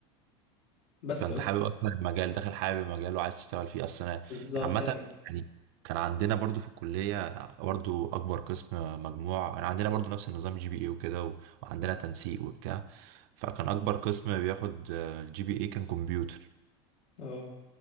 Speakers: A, on the left (about 65°); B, on the right (about 55°).
A: بس
B: فانت
A: فقلت
B: حابب
A: له
B: اصلا المجال داخل حابب المجال وعايز تشتغل فيه اصلا
A: بالظبط
B: عامه
A: ايوه
B: يعني كان عندنا برضو في الكليه برضو اكبر قسم مجموع انا عندنا برضو نفس النظام جي بي اي وكده و- وعندنا تنسيق وبتاع فكان اكبر قسم بياخد الجي بي اي كان كمبيوتر
A: اه